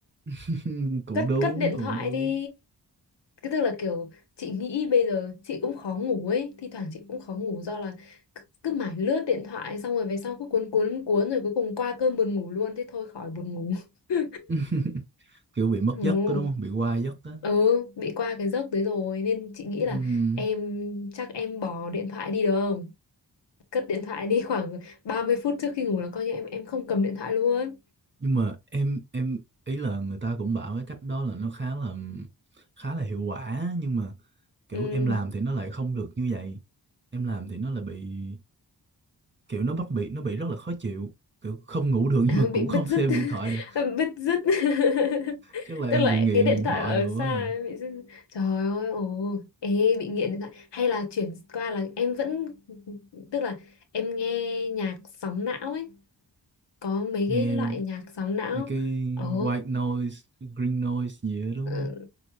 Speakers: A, on the right; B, on the left.
A: <laughs> Cũng
B: Cất
A: đúng,
B: cất điện
A: cũng
B: thoại
A: đúng.
B: đi. Cái tức là kiểu chị nghĩ bây giờ chị cũng khó ngủ ấy, thi thoảng chị cũng khó ngủ do là cứ, cứ mải lướt điện thoại xong rồi về sau cứ cuốn cuốn cuốn rồi cuối cùng qua cơn buồn ngủ luôn thế thôi khỏi buồn ngủ. <laughs>
A: <laughs> Kiểu bị mất
B: Ừ.
A: giấc đó đúng không? Bị qua giấc á.
B: Ừ, bị qua cái giấc đấy rồi nên chị nghĩ
A: Ừm,
B: là em chắc em bỏ điện thoại đi được không? Cất điện thoại đi khoảng 30 phút trước khi ngủ là coi như em em không cầm điện thoại luôn.
A: nhưng mà em em ý là người ta cũng bảo cái cách đó là nó khá là khá là hiệu quả nhưng mà kiểu
B: Ừ.
A: em làm thì nó lại không được như vậy. Em làm thì nó lại bị kiểu nó bắt bị nó bị rất là khó chịu kiểu không ngủ được <laughs>
B: <laughs>
A: nhưng mà cũng
B: bị bứt
A: không xem
B: rứt
A: điện thoại
B: <laughs>
A: được
B: bứt rứt <laughs>
A: chắc là em
B: tức là
A: bị nghiện
B: cái điện
A: điện
B: thoại
A: thoại
B: ở
A: rồi
B: xa
A: quá
B: ấy,
A: à.
B: bị dứt. trời ơi ồ ê bị nghiện điện thoại hay là chuyển qua là em vẫn tức là em nghe nhạc sóng não ấy có mấy
A: nghe
B: cái loại nhạc sóng não
A: mấy cái
B: ồ
A: white noise green noise gì đó đúng
B: ừ,
A: không